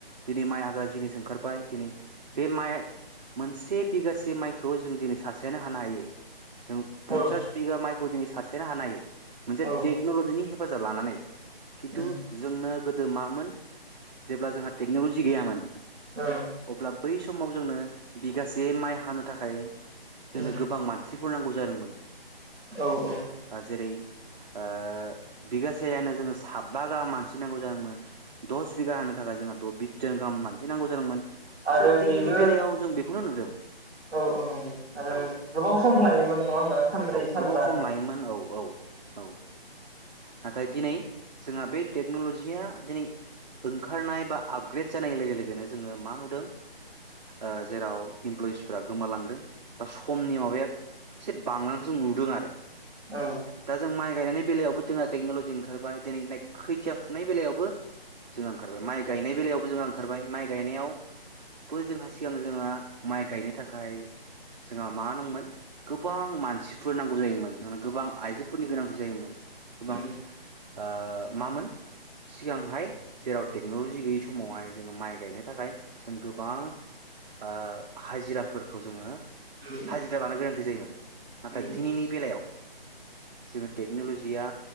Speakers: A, on the right; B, in the centre.
A: दिनै माइ हा ग्रा जिनिस ओंखारबाय दिनै बे माइ मोनसे बिगासे माइखौ जों दिनै सासेयानो हानो हायो। जों पन्सास
B: औ
A: बिघा माइखौ दिनै सा सेयानो हानो हायो। मोनसे
B: औ
A: टेक्न'लजिनि हे फाजाब लानानै। खिन्थु
B: उम
A: जोंनो गोदो मामोन जेब्ला जोंहा टेक्न'लजि गैयामोन
B: औ
A: अब्ला बै समाव जोंनो बिगासे माइ हानो थाखाय जोंनो
B: उम
A: गोबां मान सिफोर नांगौ जादोंमोन।
B: औ औ
A: दा जेरै ओ बिगासेयानो जोङो साबा गाहाम मान सि नांगौ जादोंमोन दस बिगा हानो थाखाय जोंहा थ बिथ जोन गाहाम मान सि नांगौ जादोंमोन
B: आरो
A: स दिनैनि
B: बेबो
A: बेलायाव जों बे खौनो नुदों
B: औ औ नंगौ आरो
A: औ
B: गोबाव सम लायोमोन नङा होमबा सानब्रै
A: औ
B: सानबा
A: गोबाव सम लायोमोन औ औ औ नाथाय दिनै जोंहा बे टेक्न'ल'जिया दिनै ओंखारनाय बा आपग्रेड जानाय लोगो लोग नो जोङो मा नुदों ओ-जेराव इमप्लयिसफ्रा गोमालांदों। दा समनि माबाया एसे बांनाखौ जों नुदों आरो।
B: उम
A: दा जों माइ गायनायनि बेलायावबो जोंहा टेक्न'लजि ओंखारबाय दिनै खैथिया फुनाय बेलायावबो जोंहा ओंखारबाय माइ गायनाय बेलायावबो जोंङो ओंखारबाय। माइ गायनायावबो जोंहा सिगां जोंहा माइ गायनो थाखाय जोंहा मा दंमोन गोबां मानसिफोर नांगौ जायोमोन। गोबां आइजोफोरनि गोनांथि जायोमोन।
B: उम
A: गोबां ओ-मामोन सिगांहाय जेराव टेक्न'लजि गैयि समावहाय जोङो मा गायनो थाखाय। जों गोबां ओ-हाजिराफोरखौ जोङो।
B: उम
A: हाजिरा लानो गोनांथि जायोमोन नाथाय
B: औ
A: दिनैनि बेलायाव। जोङो टेक्न'लजिया